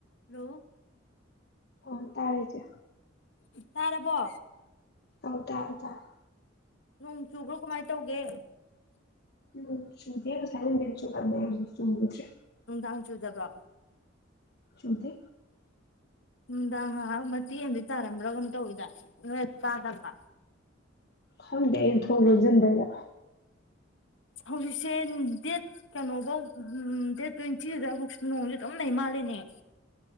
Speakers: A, on the left; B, on the left.
A: ꯍꯂꯣ
B: ꯑꯥ ꯇꯥꯔꯦ ꯆꯦ
A: ꯇꯥꯔꯕꯣ
B: ꯑꯧ ꯇꯥꯔꯦ ꯇꯥꯔꯦ
A: ꯅꯣꯡ ꯆꯨꯕ꯭ꯔꯣ ꯀꯃꯥꯏꯅ ꯇꯧꯒꯦ
B: ꯎꯝ ꯆꯨꯗꯦ ꯉꯥꯁꯥꯏ ꯅꯨꯡꯗꯤꯟ ꯆꯨꯔꯝꯃꯦ ꯍꯧꯖꯤꯛ ꯆꯨꯒꯤꯗ꯭ꯔꯦ
A: ꯅꯨꯡꯗꯥꯡ ꯆꯨꯗꯕ꯭ꯔ
B: ꯆꯨ ꯗꯦ
A: ꯅꯨꯡꯗꯥꯡ ꯉꯥꯏꯍꯛ ꯃꯇꯦꯛ ꯑꯃꯗꯤ ꯇꯥꯔꯝꯕ꯭ꯔ ꯀꯩꯅꯣꯝ ꯇꯧꯏꯗ ꯅꯣꯏ ꯇꯥꯗꯕ꯭ꯔ
B: ꯈꯪꯗꯦ ꯑꯩꯅ ꯊꯣꯡ ꯂꯣꯟꯖꯟꯕꯩꯔ
A: ꯍꯧꯖꯤꯛꯁꯦ ꯗꯦꯠ ꯀꯩꯅꯣꯐꯧ ꯍꯨꯝ ꯗꯦꯠ ꯇ꯭ꯋꯦꯟꯇꯤ ꯑꯗꯥꯏ ꯐꯥꯎ ꯅꯣꯡꯁ ꯑꯗꯨꯝ ꯂꯩ ꯃꯥꯂꯦꯅꯦ